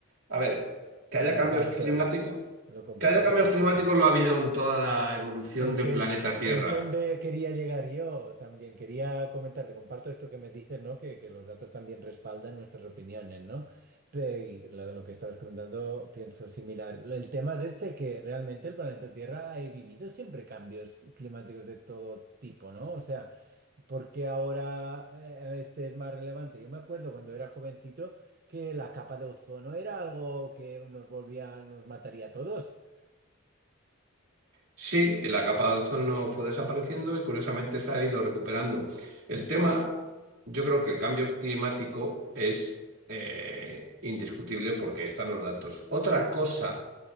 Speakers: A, on the right; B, on the right.
A: A ver, que
B: lo
A: haya
B: comparto,
A: cambios climáticos,
B: lo comparto,
A: que haya cambios climáticos
B: sí.
A: lo ha habido en toda la evolución
B: Es
A: del
B: que
A: planeta
B: es,
A: Tierra.
B: es donde quería llegar yo. También quería comentarte, comparto esto que me dices, ¿no? Que, que los datos también respaldan nuestras opiniones, ¿no? Pe- y lo, lo que estabas comentando, pienso similar. Lo- El tema es este, que realmente el planeta Tierra ha vivido siempre cambios climáticos de todo tipo, ¿no? O sea, porque ahora eh, este es más relevante? Yo me acuerdo cuando era jovencito que la capa de ozono era algo que nos volvía, nos mataría a todos.
A: Sí, la capa de ozono fue desapareciendo y curiosamente se ha ido recuperando. El tema, yo creo que el cambio climático es eh, indiscutible porque están los datos. Otra cosa